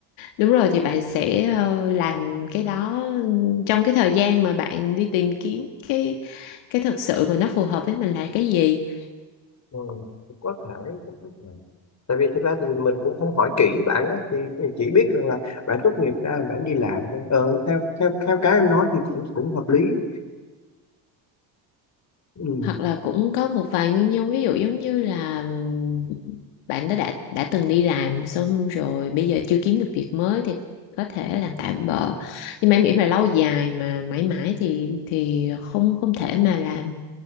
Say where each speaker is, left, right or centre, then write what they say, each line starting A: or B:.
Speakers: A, on the left (about 75°); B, on the left (about 35°).
A: đúng rồi thì bạn sẽ ờ, làm cái đó trong cái thời gian mà bạn đi tìm kiếm cái cái thực sự mà nó phù hợp với mình là cái gì
B: Ừ, cũng có thể cũng có thể tại vì thực ra thì mình cũng không hỏi kỹ bạn á thì mình chỉ biết rằng là bạn tốt nghiệp ra bạn đi làm thôi ờ, theo theo theo cái em nói thì cũng cũng hợp lý ừ.
A: hoặc là cũng có một vài nguyên nhân ví dụ giống như là ừm, bạn đó đã đã từng đi làm xong rồi bây giờ chưa kiếm được việc mới thì có thể làm tạm bợ nhưng mà em nghĩ mà lâu dài mà mãi mãi thì thì không không thể mà làm